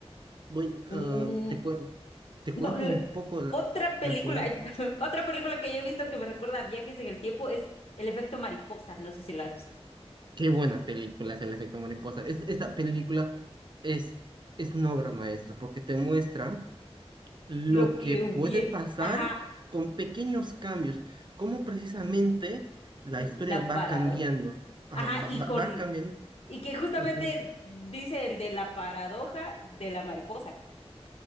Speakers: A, on the right; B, on the left.
A: Voy,
B: Mm,
A: ah, te, cuen- te cuento
B: No, lo-
A: un poco la,
B: otra película,
A: la sinopsis.
B: ay, <laughs> perdón, otra película que yo he visto que me recuerda a viajes en el tiempo es El efecto mariposa, no sé si lo has visto.
A: Qué buena película es El efecto mariposa. Es- esta película es, es una obra maestra porque te muestra lo
B: Lo que
A: que puede
B: hubiera,
A: pasar
B: ajá,
A: con pequeños cambios, cómo precisamente la
B: la
A: historia va
B: parado.
A: cambiando, Ajá,
B: Ajá,
A: va,
B: y
A: va-
B: con
A: va cambiando.
B: y que justamente
A: en fun-
B: dice el de la paradoja de la mariposa,